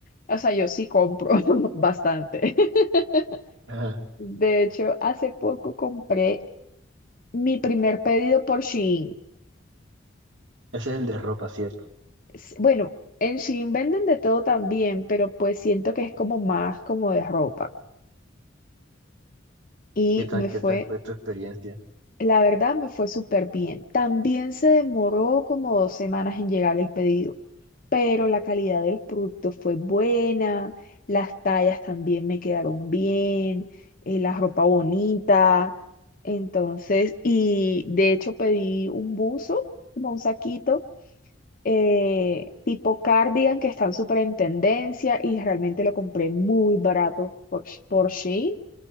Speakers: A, on the left (about 45°); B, on the right (about 75°).
A: o sea, yo sí compro <laughs> bastante. <laughs>
B: Ajá.
A: De hecho, hace poco compré mi primer pedido por Shein.
B: Ese es el de ropa, ¿cierto?
A: s- Bueno, en Shein venden de todo también, pero pues siento que es como más como de ropa. Y
B: ¿Qué tal,
A: me fue,
B: qué tal fue tu experiencia?
A: la verdad, me fue súper bien. También se demoró como dos semanas en llegar el pedido, pero la calidad de los productos fue buena, las tallas también me quedaron bien, eh, la ropa bonita. Entonces, y de hecho pedí un buzo, como un saquito eh, tipo cardigan que están súper en tendencia y realmente lo compré muy barato por, Sh- por Shein.